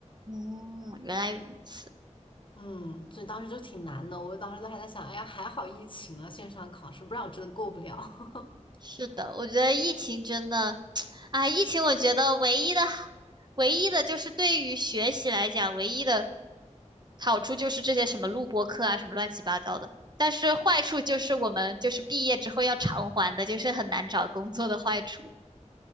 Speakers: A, on the right; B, on the left.
A: 嗯，原来如此。
B: 嗯，所以当时就挺难的。我当时都还在想，哎呀，还好疫情了，线上考试，不然我真的过不了。<laughs>
A: 是的，我觉得疫情真的，<tsk> 啊，疫情我觉得唯一的、唯一的就是对于学习来讲，唯一的好处就是这些什么录播课啊，什么乱七八糟的。但是坏处就是我们就是毕业之后要偿还的，就是很难找工作的坏处。